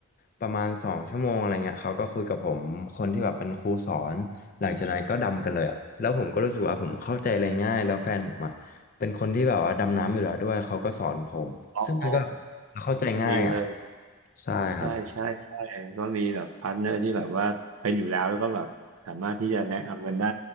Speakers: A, on the left; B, on the right.
A: ประมาณสองชั่วโมงอะไรเงี้ยเขาก็คุยกับผมคนที่แบบเป็นครูสอนหลังจากนั้นก็ดำกันเลยอ่ะแล้วผมก็รู้สึกว่าผมเข้าใจอะไรง่ายแล้วแฟนผมอ่ะเป็นคนที่แบบว่าดำน้ำอยู่แล้วด้วยเขาก็สอนผมซึ่งมันก็
B: อ๋อ
A: เข้าใจง่ายอ่ะ
B: ดีเลย
A: ใช่ครับ
B: ใช่ใช่ใช่ก็มีแบบพาร์ทเนอร์ที่แบบว่าเป็นอยู่แล้วแล้วก็แบบสามารถที่จะแนะนำกันได้